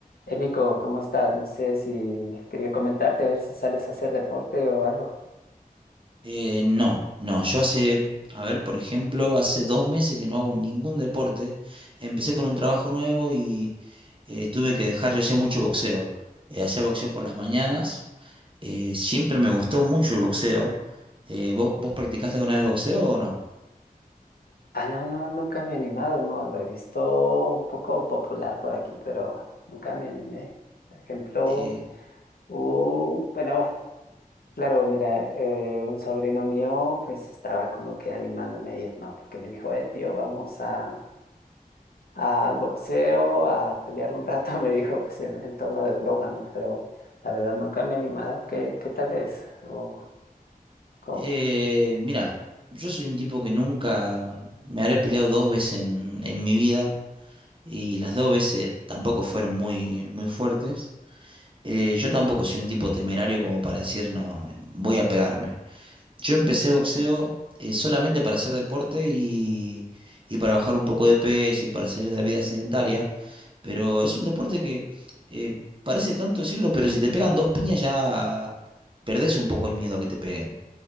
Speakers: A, on the left; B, on the right.
A: Eh, Nico, ¿cómo estás? No sé si quería comentarte a ver si sales a hacer deporte o algo.
B: Eh, no, no, yo hace, a ver, por ejemplo, hace dos meses que no hago ningún deporte. Empecé con un trabajo nuevo y eh, tuve que dejar, yo hacía mucho boxeo. Eh, hacía boxeo por las mañanas. Eh, siempre me gustó mucho el boxeo. Eh, ¿vos, vos practicaste alguna vez boxeo o no?
A: Ah, no, no, nunca me he animado, no, lo he visto un poco popular por aquí, pero nunca me animé. Por ejemplo,
B: Eh,
A: uh, bueno, claro, mira, eh, un sobrino mío pues estaba como que animándome a ir, ¿no? Porque me dijo, eh, tío, vamos a, al boxeo, a pelear un rato, <laughs> me dijo, pues en, en tono de broma, ¿no? Pero la verdad nunca me he animado. ¿Qué, qué tal es? O, ¿cómo?
B: eh, mira, yo soy un tipo que nunca me habré peleado dos veces en, en mi vida y las dos veces tampoco fueron muy, muy fuertes. Eh, yo tampoco soy un tipo temerario como para decir, no, eh, voy a pegarme. Yo empecé boxeo eh, solamente para hacer deporte y, y para bajar un poco de peso y para salir de la vida sedentaria, pero es un deporte que eh, parece tanto decirlo, pero si te pegan dos piñas ya perdés un poco el miedo a que te peguen.